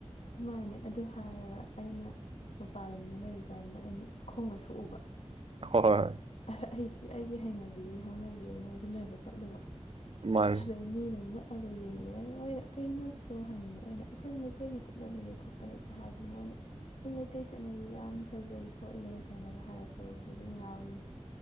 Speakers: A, on the left (about 75°); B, on the right (about 55°).
A: ꯃꯥꯅꯦ ꯑꯗꯨ ꯍꯥꯏꯔꯒ ꯑꯩꯅ ꯃꯄꯥꯟ ꯂꯝꯗ ꯂꯩꯔꯤꯀꯥꯟꯗ ꯑꯩꯅ ꯈꯣꯡꯗ ꯁꯣꯛꯎꯕ
B: ꯍ ꯍꯣꯏ ꯍꯣꯏ
A: ꯑꯩꯗꯤ ꯑꯩꯒꯤ ꯍꯩꯅꯕꯤꯗꯨꯒꯤ ꯍꯧꯅꯕꯤ ꯑꯣꯏꯅ ꯑꯩꯁꯦ ꯂꯥꯏꯕꯛ ꯀꯠꯂꯨꯕ
B: ꯃꯥꯅꯤ
A: ꯑ ꯃꯅꯦꯒ ꯑꯒ ꯌꯦꯡꯉꯤꯦ ꯃꯣꯏꯅ ꯀꯩꯅꯣꯗꯁꯨ ꯍꯪꯉꯤ ꯑꯩꯅ ꯑꯩꯈꯣꯏ ꯃꯩꯇꯩꯒꯤ ꯆꯠꯅꯕꯤꯅꯤ ꯈꯣꯠꯄꯅꯦ ꯀ ꯍꯥꯏ ꯑꯗꯨꯝ ꯃꯣꯏꯅ ꯃꯩꯇꯩꯒꯤ ꯆꯠꯅꯕꯤꯁꯦ ꯌꯥꯝ ꯐꯖꯩ ꯈꯣꯠꯂꯦ ꯀꯥꯏꯅꯒ ꯍꯥꯏꯔꯛꯄ ꯑꯣꯏꯁꯨ ꯑꯗꯨꯝ ꯌꯥꯎꯋꯦ